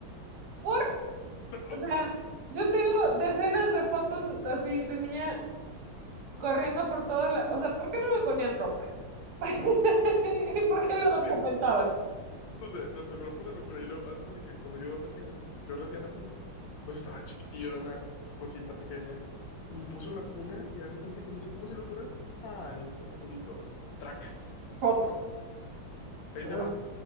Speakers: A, on the right (about 60°); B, on the left (about 75°).
A: ¿Por?
B: no lo
A: O sea,
B: sé,
A: yo tengo decenas de fotos así de niña corriendo por todas las... O sea, ¿por qué no me ponían ropa? <laughs> ¿Y por qué lo
B: está
A: documentaban?
B: bien. No sé, no sé, pero fue una locura. Y luego, haz de cuenta que cuando yo recién, yo recién así, pues estaba chiquitillo, era una cosita pequeña. Y me puso en la cuna y haz de cuenta que no sé cómo se le ocurre. Ay, está desnudito. Tracas.
A: Foto.
B: Ahí
A: Ah.
B: le va.